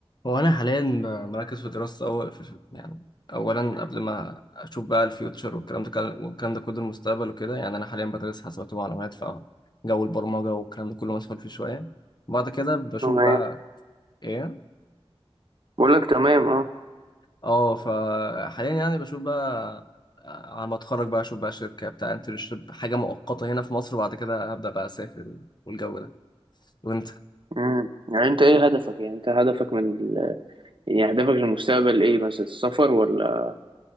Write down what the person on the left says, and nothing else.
هو انا حاليا ب- مركز في دراسه أول في يعني اولا قبل ما اشوف بقى الفيوتشر والكلام ده كل- والكلام ده كله المستقبل وكده يعني انا حاليا بدرس حاسبات ومعلومات فجو البرمجه والكلام ده كله مسؤول فيه شويه بعد كده بشوف
بقى ايه
اه فحاليا يعني بشوف بقى آه، على ما اتخرج بقى اشوف بقى شركه بتاع انترنشيب حاجه مؤقته هنا في مصر وبعد كده هبدا بقى اسافر والجو ده وانت